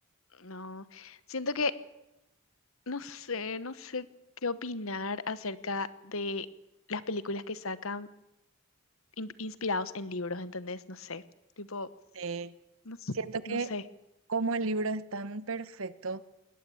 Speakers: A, on the left; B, on the right.
A: no. Siento que no sé, no sé qué opinar acerca de las películas que sacan in- inspirados en libros, ¿entendés? No sé. Tipo,
B: Sí.
A: no, s-
B: Siento que
A: no sé.
B: como el libro es tan perfecto,